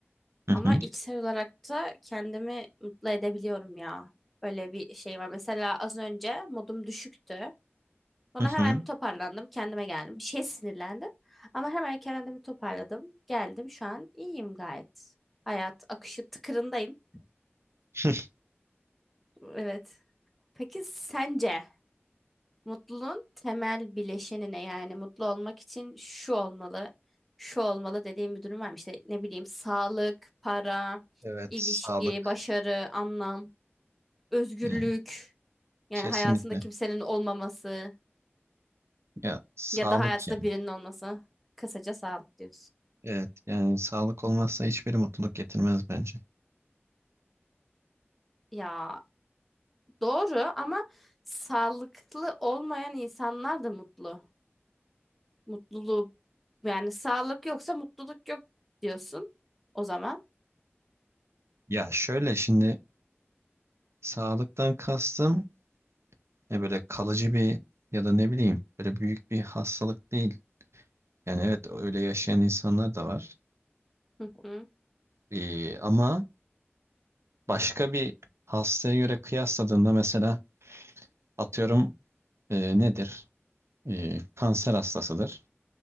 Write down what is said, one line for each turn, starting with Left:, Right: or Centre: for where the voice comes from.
Right: Hı
Centre: Ama
Right: hı,
Centre: içsel olarak da kendimi mutlu edebiliyorum ya. Böyle bir şey var. Mesela az önce modum düşüktü. Sonra
Right: hı
Centre: hemen
Right: hı.
Centre: bir toparlandım. Kendime geldim. Bir şeye sinirlendim. Ama hemen kendimi toparladım. Geldim şu an iyiyim gayet. Hayat akışı tıkırındayım.
Right: <laughs>
Centre: Evet. Peki sence? Mutluluğun temel bileşenine yani mutlu olmak için şu olmalı, şu olmalı dediğim bir durum var mı? İşte ne bileyim sağlık, para,
Right: Evet,
Centre: ilişki,
Right: sağlık.
Centre: başarı, anlam, özgürlük.
Right: Yani
Centre: Yani
Right: kesinlikle.
Centre: hayatında kimsenin olmaması
Right: Ya sağlık
Centre: ya da hayatında
Right: yani.
Centre: birinin olması. Kısaca sağlık diyorsun.
Right: Evet yani sağlık olmazsa hiçbir mutluluk getirmez bence.
Centre: Ya doğru ama sağlıklı olmayan insanlar da mutlu. Mutluluğu yani sağlık yoksa mutluluk yok diyorsun o zaman.
Right: Ya şöyle şimdi sağlıktan kastım e böyle kalıcı bir ya da ne bileyim böyle büyük bir hastalık değil. Yani evet öyle yaşayan insanlar da var.
Centre: Hı hı,
Right: Ee, ama başka bir hastaya göre kıyasladığında mesela atıyorum e, nedir? E, kanser hastasıdır.